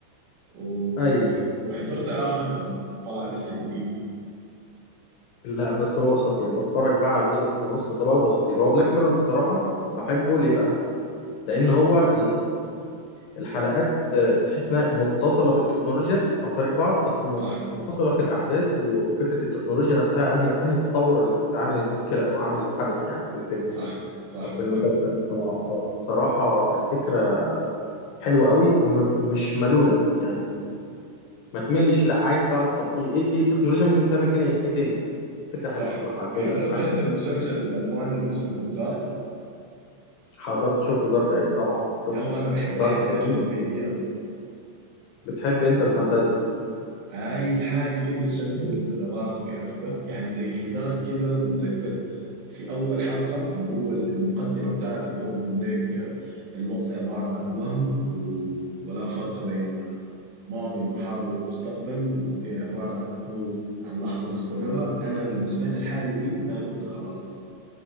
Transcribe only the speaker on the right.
و...
وحضرت اخر جزء اللي طلع لسه جديد ده
صح
صح صح
صح
صح
حضرت
انت المسلسل الالماني اللي اسمه دارك
يلا انا بحب الحاجات
اللي زي دي
اي حاجه كده تشغل
راسك عرفتها يعني زي في دارك كده انا بتذكر في اول حلقه اللي هو المقدمه بتاعته اللي هو بيقول لك آه، الوقت عباره عن وهم و- ولا فرق بين آه، ماض وحاضر ومستقبل وهي عباره عن
عن لحظه مستمره انا لما سمعت الحاجه دي انا كنت خلاص